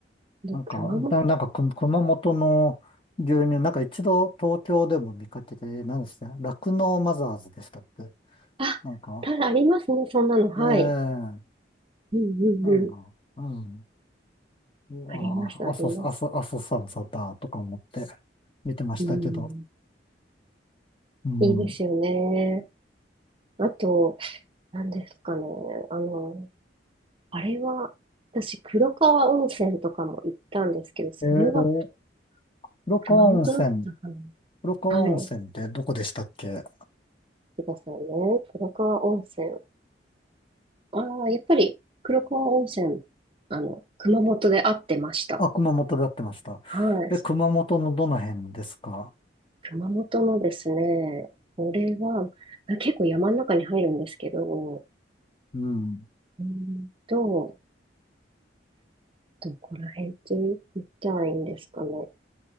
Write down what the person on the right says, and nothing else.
で、
熊本。
あ、
ただありますね、そんなの。はい。
うんうんうん。
あります、あります。
うん。
いいですよね。あと、何ですかね。あの、あれは、私、黒川温泉とかも行ったんですけど、それは
熊本だったかな。
はい。くださいね。黒川温泉。ああ、やっぱり黒川温泉、あの、熊本で会ってました。
はい。
熊本のですね、これは、あ結構山の中に入るんですけど、
うーんと、どこら辺って言ったらいいんですかね。